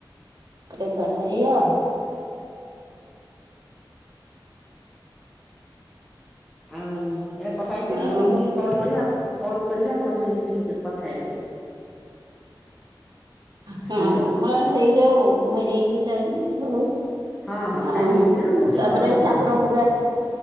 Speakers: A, on the right; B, in the centre.
A: ଆରେ ଚାଲ ଆୟୟା
B: ଆଉ। ଏଇଟା କଥା ହେଇସାରିଲେ
A: ଆଉ
B: ମୁ ଆଣ ଟିକେ କଲ୍ କରିବି, କଲ କରିବି ଆପଣ ସେଇ ଟ କଥା ହେଇବେ।
A: ହଁ
B: ହ୍ୟାଲୋ
A: ଆମର ହେଇଯାଉ, ମୁ ହେଇନାଇ ହଉ
B: ହଁ ହଁ
A: ଆଉ
B: ଟାଇମ ହେଇସାରୁ ମୁଁ ଟିକେ
A: ତାପରେ
B: କଲ୍ କରିଦେବି
A: ଠାକୁର ପୂଜା